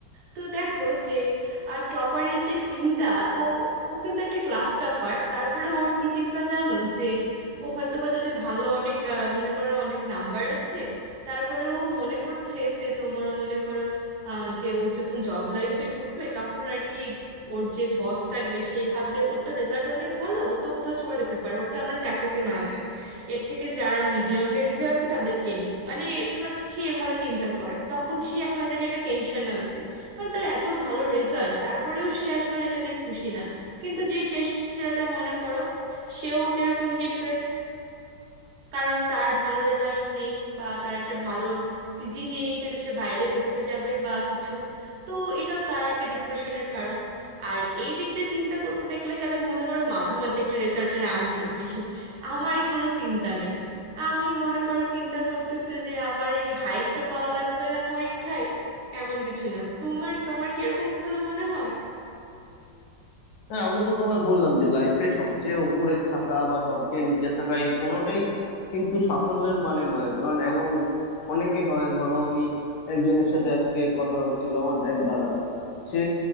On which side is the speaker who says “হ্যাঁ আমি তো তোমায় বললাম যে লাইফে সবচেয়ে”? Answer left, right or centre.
Left